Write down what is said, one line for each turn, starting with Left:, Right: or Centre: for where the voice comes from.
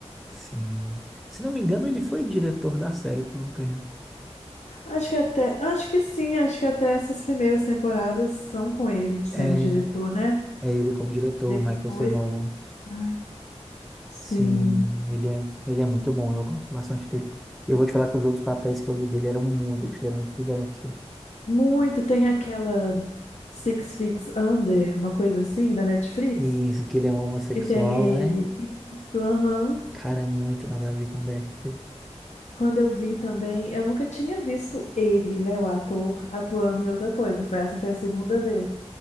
Centre: Sim. Se não me engano, ele foi diretor da série por um tempo.
Left: Acho que até, acho que sim, acho que até essas primeiras temporadas são com ele sendo
Centre: É,
Left: diretor, né?
Centre: é ele como diretor,
Left: Depois,
Centre: Michael C. Hall.
Left: ai, sim.
Centre: Sim, ele é, ele é muito bom, eu gosto bastante dele. Eu vou te falar que os outros papéis que eu vi dele eram muito diferentes do Dexter.
Left: Muito, tem aquela Six Feet Under, uma coisa assim, da Netflix,
Centre: E isso que ele é um homossexual,
Left: que tem ele.
Centre: né?
Left: Isso, aham.
Centre: Cara, é muito nada a ver com Dexter.
Left: Quando eu vi também, eu nunca tinha visto ele, né, o ator, atuando em outra coisa. Foi, essa foi a segunda vez.